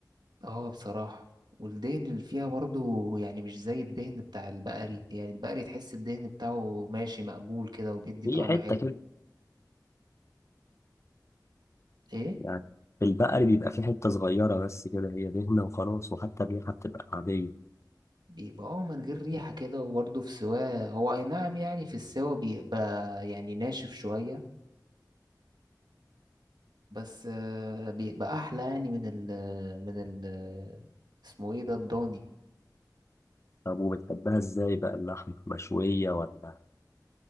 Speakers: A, on the right (about 75°); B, on the left (about 40°).
A: اه بصراحة والدهن اللي فيها برضو يعني مش زي الدهن بتاع البقري يعني البقري تحس الدهن بتاعه ماشي مقبول كده وبيدي
B: هي
A: طعم
B: حتة
A: حلو
B: كده
A: ايه
B: يعني البقري بيبقى فيه حتة صغيرة بس كده هي دهنة وخلاص وحتى الريحة بتبقى عادية
A: بيبقى اه من غير ريحة كده وبرضه في سواه هو اي نعم يعني في السوا بيبقى يعني ناشف شوية بس آه، بيبقى احلى يعني من ال من ال اسمه ايه ده الضاني
B: طب وبتحبها ازاي بقى اللحمة مشوية ولا